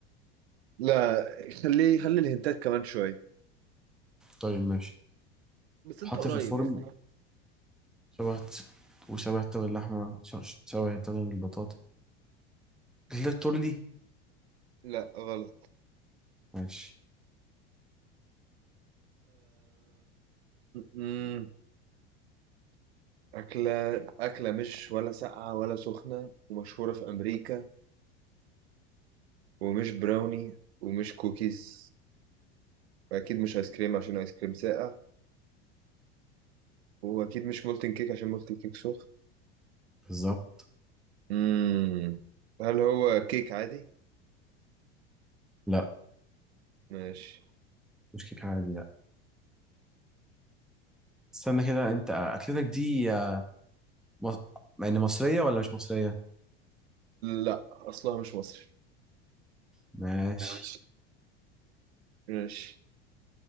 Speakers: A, on the right; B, in the centre.
A: لا خليه خلي الهنتات كمان شوية
B: طيب ماشي
A: بس
B: تحط
A: انت قريب
B: في الفرن
A: يعني
B: شبه الت- وشبه طاجن اللحمة ش- ش- شبه طاجن البطاطا كده تورلي
A: لا غلط
B: ماشي
A: أم... أكلة أكلة مش ولا ساقعة ولا سخنة ومشهورة في أمريكا ومش براوني ومش كوكيز وأكيد مش آيس كريم عشان آيس كريم ساقع وأكيد مش مولتن كيك عشان مولتن كيك سخن
B: بالظبط
A: مم. هل هو كيك عادي؟
B: لا
A: ماشي
B: مش كيك عادي لا استنى كده انت اكلتك دي آه، مص... يعني مصرية ولا مش مصرية
A: لا أصلها مش مصري
B: ماشي
A: ماشي ماشي